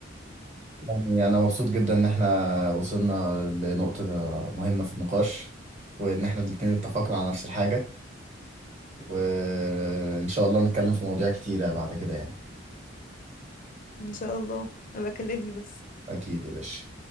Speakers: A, on the right; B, on the left.
A: يعني انا مبسوط جدا ان احنا وصلنا لنقطة مهمة في النقاش وان احنا الاتنين اتفقنا على نفس الحاجة وان شاء الله نتكلم في مواضيع كتيرة بعد كده يعني
B: ان شاء الله ابقى كلمني بس
A: اكيد يا باشا